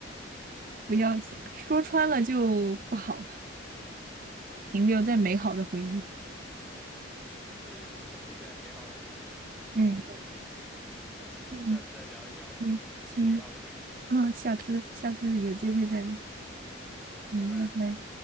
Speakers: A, on the right; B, in the centre.
A: 不要说穿了就不好。了。停留在美好的回忆。
B: 嗯，对，就是沉浸在美好的回忆吧。<laughs>
A: 嗯。
B: 嗯，
A: 嗯，
B: 下次再聊一聊吧。
A: 对，
B: 嗯，
A: 行，
B: 美好的回忆。
A: 啊，下次下次有机会再聊。
B: <laughs> 嗯，
A: 嗯，
B: 拜拜。
A: 拜拜。